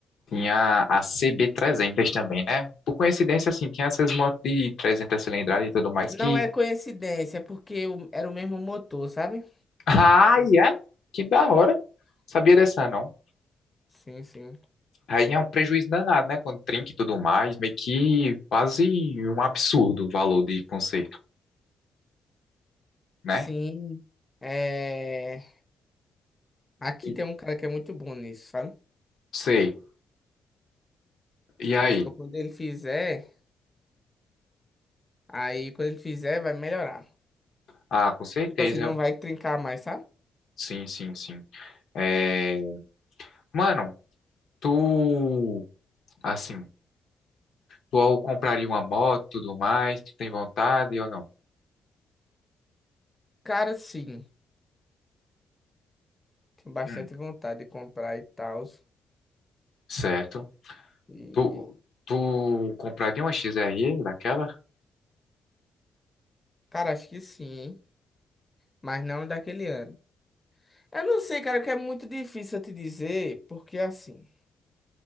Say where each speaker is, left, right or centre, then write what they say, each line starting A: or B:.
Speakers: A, on the left (about 65°); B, on the left (about 20°).
A: Tinha a CB300 também, né? Por coincidência, assim, tinha essas motos de 300 cilindradas e tudo mais
B: Não
A: que...
B: é coincidência, é porque o- era o mesmo motor, sabe?
A: <laughs> Ah, é? Que da hora. Sabia dessa, não?
B: Sim, sim.
A: Aí é um prejuízo danado, né? Quando trinca e tudo mais, meio que quase um absurdo o valor de conserto, né?
B: Sim. É... Aqui
A: E-
B: tem um cara que é muito bom nisso, sabe?
A: Sei. E aí?
B: Então quando ele fizer, aí quando ele fizer, vai melhorar.
A: Ah, com certeza.
B: Tipo assim, não vai trincar mais, sabe?
A: Sim, sim, sim. É... Mano, tu, assim, tu compraria uma moto e tudo mais, tu tem vontade ou não?
B: Cara, sim. Tenho bastante
A: Hum,
B: vontade de comprar e tal.
A: certo.
B: E...
A: Tu, tu compraria uma XRE daquela?
B: Cara, acho que sim, hein? Mas não daquele ano. Eu não sei, cara, que é muito difícil eu te dizer, porque assim,